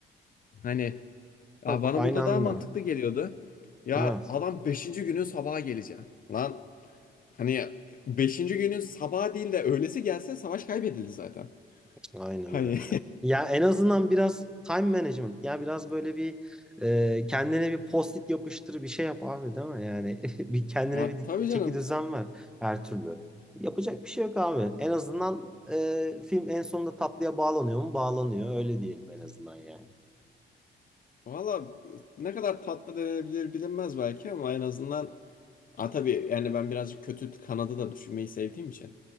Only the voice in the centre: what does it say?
Çok
aynı
anda.
Evet.
Aynen
öyle. Ya en azından biraz time management. Ya biraz böyle bir e, kendine bir post-it yapıştır bir şey yap abi değil mi? Yani <laughs> bir
kendine
bir
çeki düzen ver her türlü. Yapacak bir şey yok abi. En azından e, film en sonunda tatlıya bağlanıyor mu? Bağlanıyor. Öyle diyelim en azından yani.